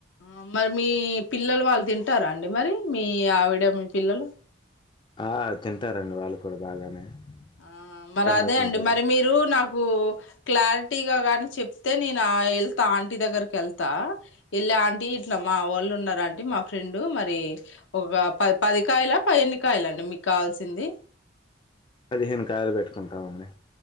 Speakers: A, on the left; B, on the left.
A: ఆ మరి మీ పిల్లలు వాళ్ళు తింటారా అండి మరి మీ ఆవిడ మీ పిల్లలు
B: ఆ తింటారండి వాళ్ళు కూడా బాగానే
A: ఆ
B: ఇష్టంగా
A: మరి అదే
B: తింటారు.
A: అండి మరి మీరు నాకు క్లారిటీగా కానీ చెప్తే నేను వెళ్తా ఆంటీ దగ్గరకి వెళ్తా వెళ్ళ ఆంటీ ఇట్లా మా వాళ్ళు ఉన్న అంట మా ఫ్రెండు మరి ఒక ప పదికాయలా పది ఎన్ని కాయల అండి మీకు కావాల్సింది
B: అదిేన్ కాయలు పెట్టుకన్నా క ఉడి